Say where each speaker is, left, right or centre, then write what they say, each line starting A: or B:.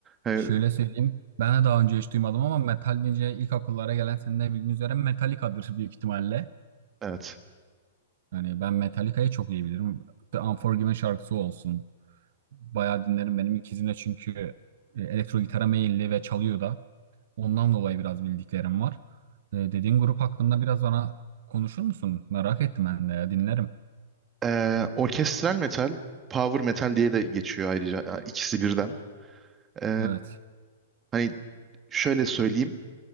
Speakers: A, on the right; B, on the right.
A: E,
B: şöyle söyleyeyim. Ben de daha önce hiç duymadım ama metal deyince ilk akıllara gelen senin de bildiğin üzere Metallica'dır büyük ihtimalle.
A: evet.
B: Yani ben Metallica'yı çok iyi bilirim. The Unforgiven şarkısı olsun. Bayağı dinlerim. Benim ikizim de çünkü e, elektro gitara meyilli ve çalıyor da. Ondan dolayı biraz bildiklerim var. E, Dediğin grup hakkında biraz bana konuşur musun? Merak ettim ben de ya. Dinlerim.
A: E, orkestral metal, power metal diye de geçiyor ayrıca. Yani ikisi birden. Ee,
B: Evet.
A: hani şöyle söyleyeyim.